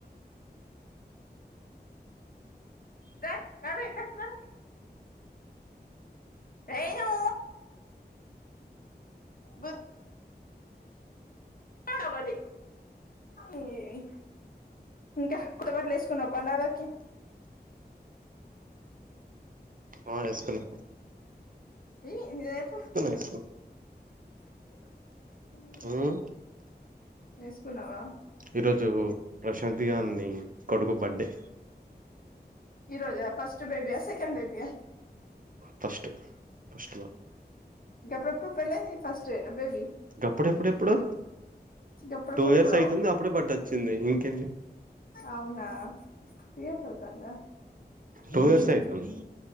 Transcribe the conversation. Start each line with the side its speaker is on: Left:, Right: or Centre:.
Left: ద నడు ఇంట్లకి నడు ఏఉ గుద్ త్తనొకటి ఈ ఇంకా కొత్తబట్లు వేసుకున్నావ పండగకి
Right: <inaudible> ఆ ఏసుకున్న
Left: ఏయ ని ఎప్ప
Right: వేసుకున్నా
Left: <unintelligible>
Right: మ్మ్
Left: వేసుకున్నావ
Right: ఈరోజు ప్రశాంత్ గాన్ని కొడుకు బర్డే
Left: ఈ రోజ ఫస్ట్ బేబియ సెకండ్ బేబియ
Right: ఫస్ట్ ఫస్ట్లా
Left: ఎప్పుడేప్పుడు పెళ్ల ఫస్టేన బేబి
Right: గప్పడెప్పుడెప్పుడు
Left: గప్పుడెప్పుడెప్పుడో
Right: టూ ఇయర్స్ అయితంది అప్పుడె బర్త్డే వచ్చింది ఇంకేంటి
Left: అవునా త్రీ ఇయర్స్ అవుతుందా
Right: టూ
Left: మ్మ్
Right: ఇయర్స్ అయితంది